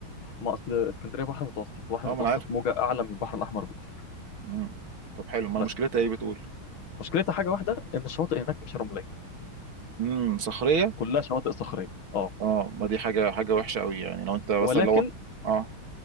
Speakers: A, on the left; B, on the right.
A: ما اصل اسكندريه بحر متوسط البحر
B: اه
A: المتوسط
B: ما انا عارف
A: موجه اعلى من البحر الاحمر بكتير
B: مم. طب حلو ما
A: بس
B: مشكلتها ايه بتقول
A: مشكلتها حاجه واحده ان الشواطئ هناك مش رمليه
B: امم صخريه
A: كلها شواطئ صخريه اه
B: اه ما دي حاجه حاجه وحشه قوي يعني لو انت مثلا
A: ولكن
B: لو اه